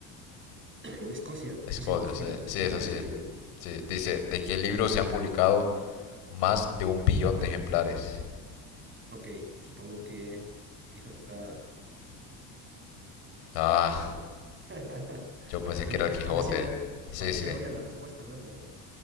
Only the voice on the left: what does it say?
Escocia,
sí.
Sí,
es
así.
Sí. Dice, ¿de qué libro se han publicado más de un billón de ejemplares?
Ah,
yo
pensé que era el Quijote.
Sí,
sí.